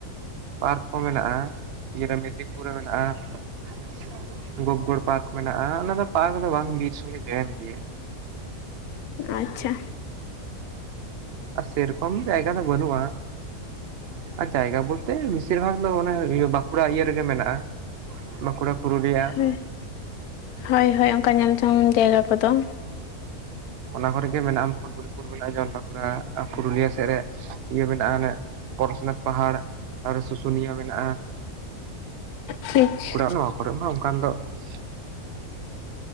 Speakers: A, on the right (about 60°); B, on the left (about 85°).
A: ᱯᱟᱨᱠ ᱠᱚ ᱢᱮᱱᱟᱜᱼᱟ᱾ ᱤᱭᱮ ᱢᱮᱫᱽᱱᱤᱯᱩᱨ ᱨᱮ ᱢᱮᱱᱟᱜᱼᱟ ᱾ ᱜᱚᱵᱜᱚᱲ ᱯᱟᱨᱠ ᱢᱮᱱᱟᱜᱼᱟ᱾ᱚᱱᱟ ᱫᱚ ᱯᱟᱨᱠ ᱫᱚ ᱵᱟᱝ ᱵᱤᱨ ᱥᱚᱸᱜᱮ ᱾ ᱡᱚᱭᱮᱱ ᱜᱮ ᱾
B: ᱟᱪᱪᱷᱟ ᱾
A: ᱟᱨ ᱥᱮᱨᱚᱠᱚᱢ ᱡᱟᱭᱜᱟ ᱫᱚ ᱵᱟᱹᱱᱩᱜᱼᱟ᱾ ᱟᱨ ᱡᱟᱭᱜᱟ ᱵᱚᱞᱛᱮ ᱵᱮᱥᱤᱨ ᱵᱷᱟᱜ ᱫᱚ ᱚᱱᱮ ᱵᱟᱸᱠᱩᱲᱟ ᱤᱭᱟᱹ ᱨᱮᱜᱮ ᱢᱮᱱᱟᱜᱼᱟ᱾ ᱵᱟᱸᱠᱩᱲᱟ ᱯᱩᱨᱩᱞᱤᱭᱟ ᱾
B: ᱦᱮᱸ ᱦᱳᱭ ᱦᱳᱭ ᱚᱱᱠᱟ ᱧᱮᱞ ᱡᱚᱝ ᱡᱟᱭᱜᱟ ᱠᱚᱫᱚ ᱾
A: ᱚᱱᱟ ᱠᱚᱨᱮᱜᱮ ᱢᱮᱱᱟᱜᱼᱟᱢ ᱯᱷᱩᱴᱵᱚᱞ ᱾ ᱢᱮᱱᱟᱜᱼᱟ ᱡᱚᱱ ᱵᱟᱸᱠᱩᱲᱟ ᱟᱨ ᱯᱩᱨᱩᱞᱤᱭᱟᱹ ᱥᱮᱫ ᱨᱮ ᱤᱭᱟᱹ ᱢᱮᱱᱟᱜᱼᱟ ᱚᱱ ᱯᱚᱨᱚᱥᱱᱟᱛᱷ ᱯᱟᱦᱟᱲ᱾ ᱟᱨ ᱥᱩᱥᱩᱱᱤᱭᱟᱹ ᱢᱮᱱᱟᱜᱼᱟ ᱾
B: ᱴᱷᱤᱠ ᱾
A: ᱱᱚᱣᱟ ᱠᱚᱨᱮ ᱢᱟ ᱚᱱᱠᱟᱱ ᱫᱚ ᱾ <unintelligible>